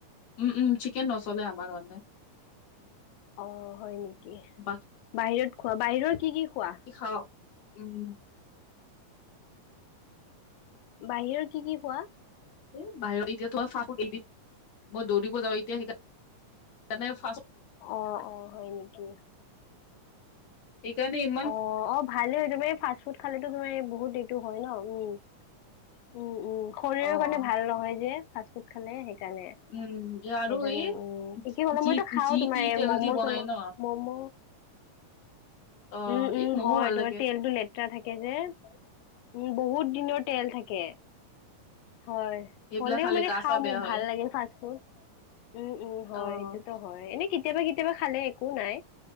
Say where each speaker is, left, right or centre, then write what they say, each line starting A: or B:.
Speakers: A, on the left; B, on the left.
A: উম- উম, চিকেন নচলে আমাৰ হ'লে।
B: অ, হয় নেকি,
A: বা
B: বাহিৰত খোৱা বাহিৰৰ কি কি খোৱা?
A: খাওঁ, উম।
B: বাহিৰৰ কি কি খোৱা?
A: এ বাহিৰত এতিয়া <unintelligible> মই দৌৰিব যাওঁ এতিয়া সেইকাৰণে <inaudible>
B: অ- অ হয় নেকি।
A: সেইকাৰণে ইম
B: অ- অ ভালেই হয়, তোমাৰ এই ফাষ্ট ফুড খালেটো তোমাৰ এই বহুত এইটো হয় ন, উম। উম- উম শৰীৰৰ
A: অ'।
B: কাৰণে ভাল নহয় যে ফাষ্ট ফুড খালে সেইকাৰণে। সেইকাৰণে
A: উম, আৰু এই
B: উম, ঠিকেই হ'লে
A: যি
B: মইটো খাওঁ
A: যি
B: তোমাৰ
A: টি
B: এই
A: তেল
B: ম'ম'
A: দি বনাই
B: চম'
A: ন।
B: ম'ম'
A: অ',
B: উম- উম
A: এই মমো
B: হয়,
A: ভাল লাগে
B: তোমাৰ তেলটো লেতৰা থাকে যে। উম, বহুত দিনৰ তেল থাকে। হয়।
A: সেইবিলাক
B: হ'লেও
A: খালে
B: মানে
A: গা
B: খাওঁ
A: চা বেয়া
B: মোক
A: হয়।
B: ভাল লাগে ফাষ্ট ফুড। উম- উম হয়
A: অ',
B: সেইটোতো হয়। এনে কেত কেতিয়াবা- কেতিয়াবা খালে একো নাই।